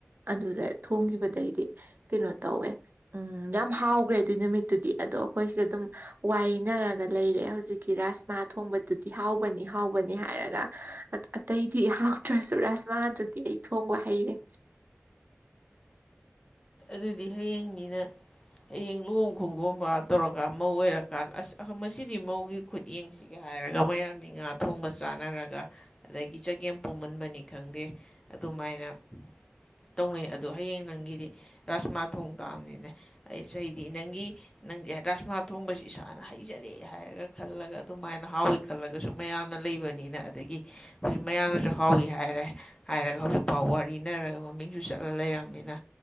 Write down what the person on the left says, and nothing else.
ꯑꯗꯨꯗꯤ ꯍꯌꯦꯡ ꯃꯤꯅ ꯍꯌꯦꯡ ꯂꯨꯍꯣꯡ ꯈꯣꯡꯗꯣꯡꯕꯒ ꯇꯧꯔꯒ ꯃꯧ ꯑꯣꯏꯔꯀꯥꯟ ꯑꯁ ꯃꯁꯤꯗꯤ ꯃꯧꯒꯤ ꯈꯨꯠꯌꯦꯡꯁꯤꯒ ꯍꯥꯏꯔꯒ ꯃꯌꯥꯝꯗꯤ ꯉꯥ ꯊꯣꯡꯕ ꯆꯥꯅꯔꯒ ꯑꯗꯒꯤ ꯆꯒꯦꯝ ꯄꯣꯝꯃꯟꯕꯅꯤ ꯈꯪꯗꯦ ꯑꯗꯨꯃꯥꯏꯅ ꯇꯧꯅꯩ ꯑꯗꯣ ꯍꯌꯦꯡ ꯅꯪꯒꯤꯗꯤ ꯔꯥꯥꯁꯃꯥ ꯊꯣꯡ ꯇꯥꯕꯅꯤꯅꯦ ꯑꯁ ꯑꯩꯗꯤ ꯅꯪꯒꯤ ꯅꯪꯁꯦ ꯔꯥꯁꯃꯥ ꯊꯣꯡꯕꯁꯤ ꯏꯁꯥꯅ ꯍꯩꯖꯔꯦ ꯍꯥꯏꯔꯒ ꯈꯜꯂꯒ ꯑꯗꯨꯃꯥꯏꯅ ꯍꯥꯎꯋꯤ ꯈꯜꯂꯒꯁꯨ ꯃꯌꯥꯝꯅ ꯂꯩꯕꯅꯤꯅ ꯑꯗꯒꯤ ꯍꯧꯖꯤꯛ ꯃꯌꯥꯝꯅꯁꯨ ꯍꯥꯎꯏ ꯍꯥꯏꯔꯦ ꯍꯥꯏꯔꯒ ꯍꯧꯖꯤꯛꯐꯥꯎ ꯋꯥꯔꯤꯅꯔꯒ ꯃꯃꯤꯡꯁꯨ ꯆꯠꯂ ꯂꯩꯔꯝꯃꯤꯅ